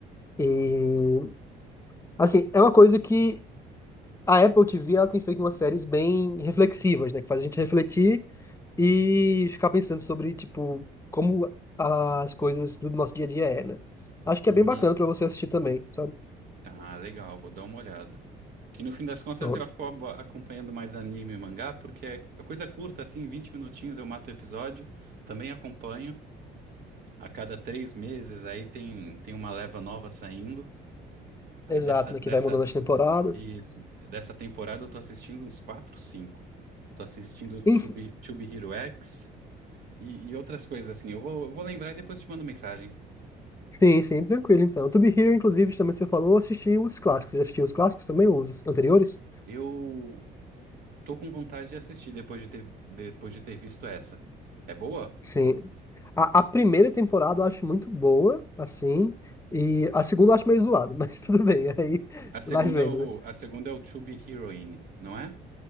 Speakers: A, on the left; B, on the right.
A: E, assim, é uma coisa que a Apple TV, ela tem feito umas séries bem reflexivas, né? Que faz a gente refletir e ficar pensando sobre, tipo, como as coisas do nosso dia a dia é, né? Acho que
B: Uhum.
A: é bem bacana pra você assistir também, sabe?
B: Tá, legal, vou dar uma olhada. Que no fim das contas
A: Pronto.
B: eu acabo acompanhando mais anime e mangá, porque é é coisa curta, assim, 20 minutinhos eu mato o episódio. Também acompanho. A cada três meses aí tem, tem uma leva nova saindo. Aí
A: Exato,
B: dessa,
A: né? Que
B: dessa,
A: vai mudando as temporadas.
B: isso, dessa temporada eu tô assistindo uns 4 cinco Tô assistindo Tube,
A: Em-
B: Tube Hero X e, e outras coisas assim. Eu vou, eu vou lembrar e depois te mando mensagem.
A: Sim, sim, tranquilo, então. To Be Here, inclusive, também você falou, assisti os clássicos. Você já assistiu os clássicos também, os anteriores?
B: Eu tô com vontade de assistir depois de ter, depois de ter visto essa. É boa?
A: Sim. A, a primeira temporada eu acho muito boa, assim, e a segunda eu acho meio zoada, mas <laughs> tudo bem, aí
B: A segunda
A: vai vendo,
B: é o,
A: né?
B: a segunda é o To Be Heroine, não é?